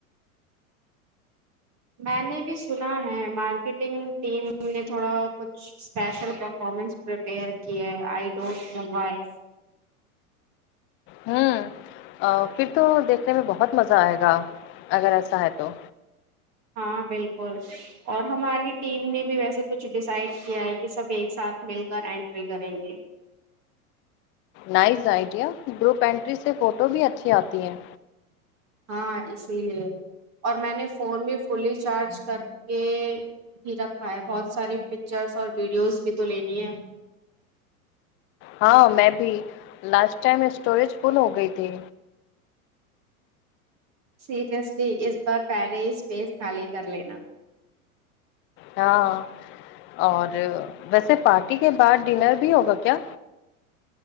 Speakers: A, on the right; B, on the left.
A: میں نے بھی سنا ہے مارکیٹنگ ٹیم نے تھوڑا کچھ اسپیشل پرفارمنس پپیئر کیے آئی ڈونٹ نو وہے
B: ہوں آ پھر تو دیکھنے میں بہت مزہ آئے گا اگر ایسا ہے تو
A: ہاں بالکل اور ہماری ٹیم نے بھی ویسے کچھ ڈیسائڈ کیا ہے کہ سب ایک ساتھ مل کر اینٹری کریں گے
B: نائز آئیڈیا گروپ اینٹری سے فوٹو بھی اچھی آتی ہے
A: ہاں اسی لیے اور میں نے فون بھی فلی چارج کر کے ہی رکھا ہے بہت ساری پکچرس اور ویڈیوز بھی تو لینی ہے
B: ہاں میں بھی لاسٹ ٹائم اسٹوریج فل ہو گئی تھی
A: سیریسلی اس بار پہلے ہی اسپیس خالی کر لینا
B: ہاں اور ویسے پارٹی کے بعد ڈنر بھی ہوگا کیا